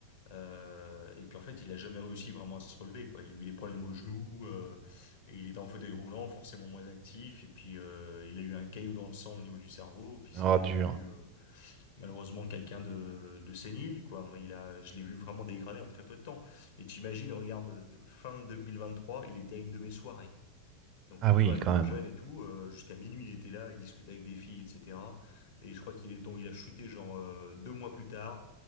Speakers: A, on the left; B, on the right.
A: euh, et puis en fait, il a jamais réussi vraiment à se relever, quoi. Il a eu des problèmes aux genoux, euh, et il était en fauteuil roulant, forcément moins actif, et puis euh, il a eu un caillot dans le sang au niveau du cerveau, et puis c'était
B: Oh, dur.
A: devenu euh, malheureusement quelqu'un de, de sénile, quoi. Il a, je l'ai vu vraiment dégradé en très peu de temps. Et t'imagines, regarde, fin 2023, il était à une de mes soirées. Donc,
B: Ah
A: euh,
B: oui,
A: tu vois, avec
B: quand
A: d'autres
B: même.
A: jeunes et tout, euh, jusqu'à minuit, il était là, il discutait avec des filles, etc. Et je crois qu'il est tombé, il a chuté genre euh, deux mois plus tard.